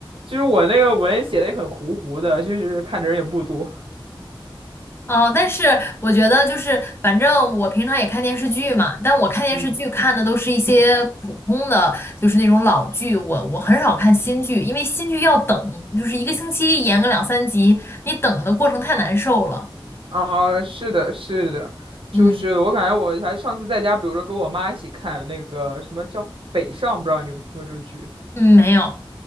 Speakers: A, on the right; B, on the left.
A: 就是我那个文写的也很糊糊的，就是看的人也不多。
B: 哦。但是我觉得就是，反正我平常也看电视剧嘛，但我看电视剧看的都是一些普通的，
A: 嗯。
B: 就是那种老剧。我我很少看新剧，因为新剧要等，就是一个星期演个两三集，你等的过程太难受了。
A: 啊，是的，是的，就是我感觉我还上次在家，
B: 嗯
A: 比如说跟我妈一起看那个什么叫《北上》，不知道你有没有听过这个剧
B: 嗯，没有，